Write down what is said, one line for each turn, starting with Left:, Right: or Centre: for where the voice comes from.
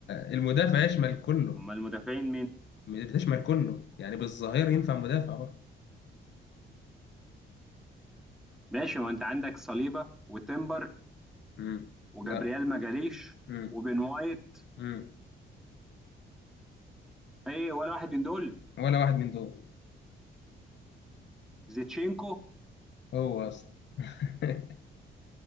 Left: المدافع يشمل كله
Centre: أمال المدافعين مين
Left: بتشمل كله يعني بالظاهر ينفع مدافع برضه
Centre: ماشي ما أنت عندك صليبة وتمبر
Left: امم
Centre: وجابريال
Left: لا
Centre: ما جاليش
Left: امم
Centre: وبن وايت
Left: امم
Centre: ايه ولا واحد من دول
Left: ولا واحد من دول
Centre: زيتشينكو
Left: هو اصلا <laughs>